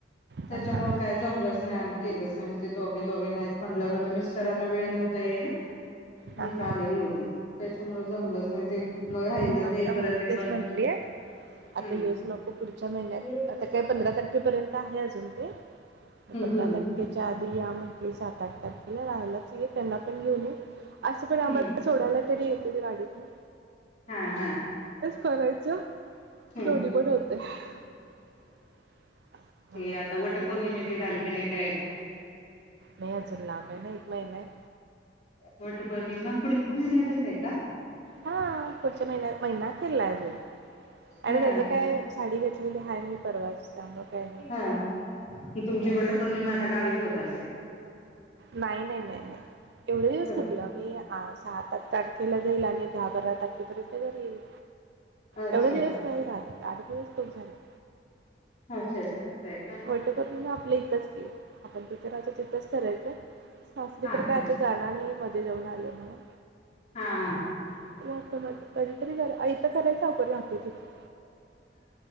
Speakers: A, on the left; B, on the right.
A: त्याच्यामुळं
B: हा हा
A: काय जमलंच नाय आम्ही केलच नाही मग ते दोघे दोघे नाहीत म्हणल्यावर तर मिस्टरांना वेळ नव्हता यायला.
B: हा
A: मीच
B: हा
A: आलेली होती. त्याच्यामुळ जमलंच नाय ते
B: मग
A: राहिलं
B: आता
A: ते
B: मम्मी
A: परत ते
B: तेच
A: बंद
B: म्हटलीय.
A: हम्म.
B: आता येऊच नको पुढच्या महिन्यात
A: हम्म
B: आता काय पंधरा तारखेपर्यंत आहे अजून ते. पंधरा
A: हम्म
B: तारखेच्या आ या म्हटली सात-आठ तारखेला राहायलाच ये त्यांना पण घेऊन ये असं पण
A: हम्म
B: आम्हाला सोडायला तरी त्यज गाडीत नं
A: हा हा!
B: करायचं
A: हम्म
B: दोन्ही पण <unintelligible> हम्म
A: हे आता वट प पर्णमेची झाली का नाय तयारी
B: नाय अजुन लांब हाय ना एक महिना ये
A: वट पौर्णिमा पुढच्या महिन्यातच आहे का?
B: हा पुढच्या महिण्या महिना अकेरलाय अजून आणि
A: हा
B: त्याच काय साडी घेतलेली हाय मी परवाच त्यामुळं काय नाय.
A: हा. तुमची वटपौर्णिमा आता गावीच होत असेल?
B: नाही नाय नाय नाय एवढे दिवस
A: ह
B: कुटलं, मी आज <unintelligible> तारखेला जाईल आणि दहा-बारा तारखेपर्यंत घरी येईल.
A: अच्छा
B: एवढे दिवस नाही राहात. आठ दिवस खूप झाले.
A: अच्छा अच्छा आहे का
B: वटपौर्णिमा आपल्या इथच की आपण तिथे राहायचो तिथंच करायचं. सासरी तर
A: अच्छा
B: काय आता जाणार नाही मध्ये जाऊन आले म्हणून.
A: हा हा!
B: <unintelligible> तरी बर आई <unintelligible> राहतो तिथे.